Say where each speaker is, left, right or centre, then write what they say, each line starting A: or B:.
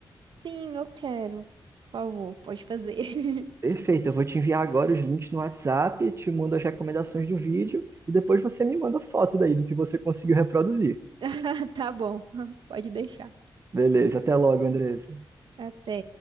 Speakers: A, on the right (about 80°); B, on the right (about 35°).
A: Sim, eu quero. Por favor, pode fazer. <laughs>
B: Perfeito, eu vou te enviar agora os links no WhatsApp, te mando as recomendações do vídeo, e depois você me manda foto daí do que você conseguiu reproduzir.
A: Ah, tá bom. <laughs> Pode deixar.
B: Beleza, até logo, Andresa.
A: Até.